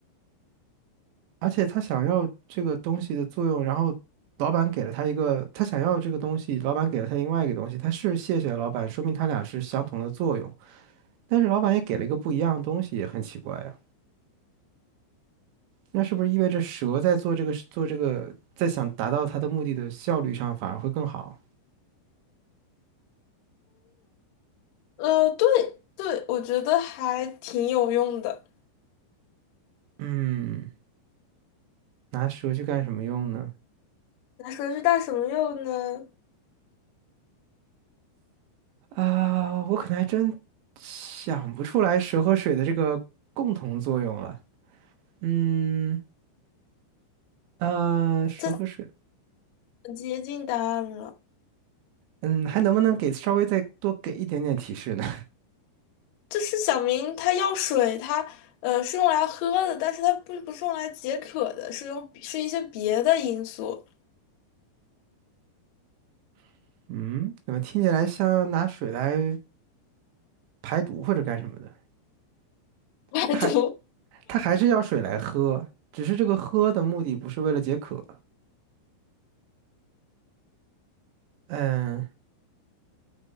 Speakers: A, on the right; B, on the left.
A: 而且他想要这个东西的作用，然后老板给了他一个，他想要这个东西，老板给了他另外一个东西，他是谢谢了老板，说明他俩是相同的作用，但是老板也给了一个不一样的东西，也很奇怪呀、那是不是意味着蛇在做这个做这个，在想达到它的目的的效率上反而会更好？
B: 呃，对对，我觉得还挺有用的。
A: 嗯，拿蛇去干什么用呢？
B: 那蛇是干什么用呢？
A: 啊，我可能还真想不出来蛇和水的这个共同作用了。嗯，呃，蛇和水。
B: 这接近答案了。
A: 嗯，还能不能给稍微再多给一点点提示呢？
B: 就是小明他要水，他呃是用来喝的，但是他不不是用来解渴的，是用是一些别的因素
A: <laughs> 嗯，怎么听起来像拿水来排毒或者干什么的？
B: 排毒
A: 它还它还是要水来喝，只是这个喝的目的不是为了解渴。嗯，